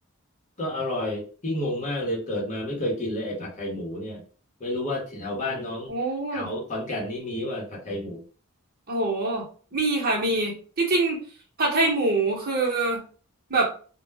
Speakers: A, on the left; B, on the right.
A: ก็อร่อยพี่งงมากเลยเกิดมาไม่เคยกินเลยไอ้ผัดไทยหมูเนี่ยไม่รู้ว่าแถวบ้านน้อง
B: โอ้
A: แถวขอนแก่นนี่มีว่าผัดไทยหมู
B: โอ้โหมีค่ะมีจริงๆผัดไทยหมูคือแบบ